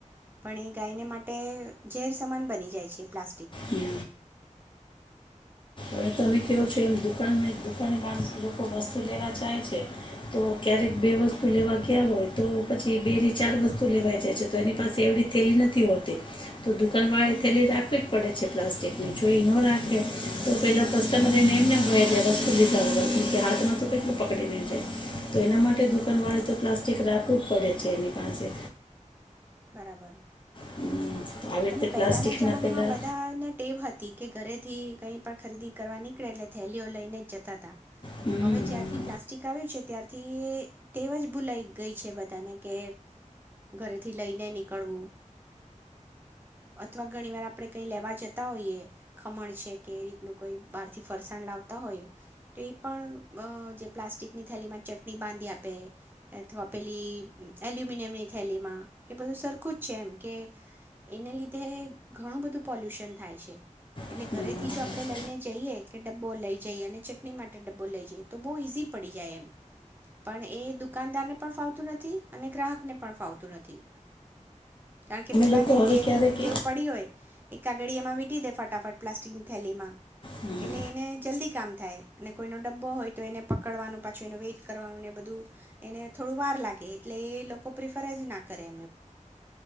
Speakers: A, on the right; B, on the left.
A: પણ એ ગાયને માટે ઝેર સમાન બની જાય છે પ્લાસ્ટિક.
B: હમ, હમ, હમ, હમ, અનેવે તમે કેવો છો એમ દુકાનમાં દુકાની માણસ લોકો વસ્તુ લેવા જાય છે તો ક્યારેક બે વસ્તુ લેવા ગયા હોય તો પછી બે ની ચાર વસ્તુ લેવા જાય છે તો એની પાસે એવડી થેલી નથી હોતી. તો દુકાન વાળા
A: હમ
B: થેલી રાખવી જ પડે છે. પ્લાસ્ટિકની જોઈ ન રાખે. તો પહેલાં કસ્ટમર એને એમનેમ કહે છેાય વસ્તુ લીધા કે હાથમાં તો કેટલું પકડીને જાય તો એના માટે
A: હા
B: દુકાનવાળે તો પ્લાસ્ટિક રાખવું જ પડે છે એની પાસે.
A: બરાબર.
B: હમ, તો આવી
A: અને
B: રીતે
A: પહેલાના
B: પ્લાસ્ટિકના
A: જમાનામાં
B: પેલા
A: બધાને ટેવ હતી કે ઘરે. થી કઈ પણ ખરીદી કરવા નીકળે એટલે થેલીઓ લઈને જતા તા
B: હમ, હમ,
A: હવે
B: હમ, હમ, હમ,
A: જ્યારથી
B: હમ.
A: પ્લાસ્ટિક આવ્યું છે ત્યારથી ટેવ જ ભૂલાઈ ગઈ છે બધાને કે ઘરેથી લઈ. ને નીકળવું અથવા ઘણી વાર આપણે કઈ લેવા જતા હોઈએ ખમણ છે કે એ રીતનું કોઈ બહારથી ફરસાણ લાવતા હોઈએ તો એ પણ જે પ્લાસ્ટિકની થેલી માં ચટણી બાંધી આપે. અથવા પેલી. એલ્યુમિનિયમ ની થેલી માં. એ બધું સરખું જ છે એમ કે એને લીધે. ઘણું બધું પોલ્યુશન થાય છે એટલે
B: અમે
A: ઘરેથી જો આપણે લઈને જઈએ કે ડબ્બો લઈ જઈએ અને ચટણી માટે ડબ્બો લઈ જઈએ તો બહુ ઈઝી પડી જાય એમ પણ એ દુકાનદારને પણ ફાવતું નથી અને ગ્રાહકને પણ ફાવતું નથી. કારણ કે પેલાને
B: લોકો હવે
A: એની
B: ક્યારેક
A: જે ટેવ પડી હોય. એક કાગળીયામાં વીંટી દે ફટાફટ પ્લાસ્ટિકની થેલીમાં
B: અમે
A: એટલે એને જલ્દી કામ થાય અને કોઈનો ડબ્બો હોય તો એને પકડવાનું પાછું એનું વેઇટ કરવાનું એને બધું એને થોડું વાર લાગે એટલે એ લોકો પ્રિફર જ ના કરે કરે